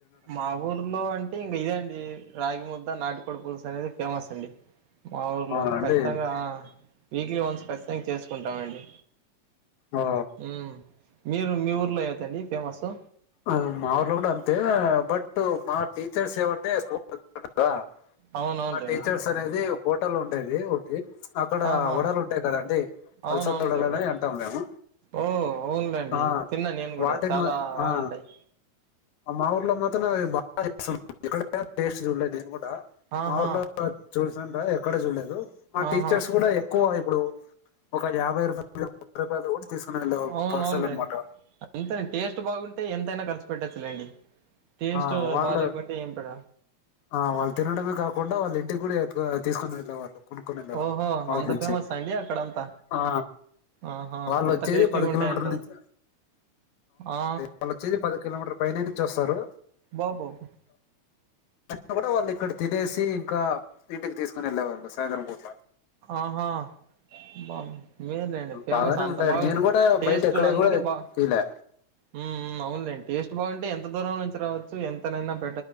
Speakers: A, on the right; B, on the left.
A: మా ఊర్లో అంటే ఇంగ ఇదే అండి రాగి ము ద్ద నాటికోడు పులుసు అనేది. ఫేమస్ అండి మా ఊర్లో
B: అవునా అండి
A: ఖచ్చితంగా వీక్లీ వన్స్ ఖచ్చితంగా చేసుకుంటామండి.
B: ఓ
A: ఊ మీరు మీ ఊర్లో ఏంటండి ఫేమస్సు
B: ఉ మా ఊర్లో కూడా అంతే బట్ మా టీచర్స్ ఏమంటే స్కూల్లో తినరు కదా
A: అవునవునులేండి
B: మా టీచర్స్ అనేది. హోటల్ ఉండేది ఒకటి అక్కడ
A: ఆహా!
B: వడలు ఉంటాయి కదండి
A: అవునవునులేండి.
B: అలసంద వడలు అని అంటాం మేము
A: ఓ అవునులేండి.
B: ఆ
A: తిన్నా నేను కూడా
B: వాటిని
A: చాలా
B: మ-
A: బాగుంటాయి.
B: ఆ మా ఊర్లో మాత్రం అవి బాగా చేస్తున్నారు. ఎక్కడ టెస్ట్ చూడలే నేను కూడ డా
A: ఆహా
B: మా ఊర్లో చూసింటా ఎక్కడ చూడలేదు. మా
A: ఆహా
B: టీచర్స్ కూడా ఎక్కువ అవి ఇప్పుడు ఒక యాభై రూపాలు రూపాయలు కూడా తీసుకుని వెళ్ళేవాళ్ళు
A: అవును
B: పార్సల్
A: అవును లేండి.
B: అనమాట
A: అంతేలే టేస్ట్ బాగుంటే ఎంతైనాఖర్చు పెట్టచ్చులేండి. టేస్ట్
B: ఆ వాళ్ళు
A: బాలేకుంటే ఏం పెడ
B: ఆ వాళ్ళు తినడమే కాకుండా వాల్లు ఇంటికి కూడా ఎత్కో తీసుకోని వెళ్ళేవాళ్ళు. కొనుక్కొని వెళ్ళేవాళ్ళు
A: ఓహో!
B: మా
A: అంత
B: ఊరు నుంచి
A: ఫేమస్ అండి అక్కడంత
B: ఆ
A: ఆహా
B: వాళ్ళు
A: అంత
B: వచ్చేది
A: టేస్టీగా
B: పది కిలోమీటర్ల
A: ఉంటాయి అంటారు
B: నుంచి
A: ఆ
B: వాళ్ళు వచ్చేది పది కిలోమీటర్ పైనే నుంచి వస్తారు.
A: బాబ్ బా బో
B: అయినా కూడా వాళ్ళు ఇక్కడ తినేసి ఇంకా ఇంటికి తీసుకుని వెళ్ళేవాళ్ళు సాయంత్రం పూట్ల
A: ఆహా! బమ్ మేలేండి ఫేమస్
B: బాగానే
A: అంత
B: ఉంటాయండి
A: బాగున్
B: నేను కూడా
A: టేస్ట్
B: బయట ఎక్కడ
A: అందుకే
B: కూడా
A: బా
B: తీలే
A: ఊ ఊ అవునులేండి టేస్ట్ బాగుంటే ఎంత దూరం నుంచి రావచ్చు ఎంతనైనా పే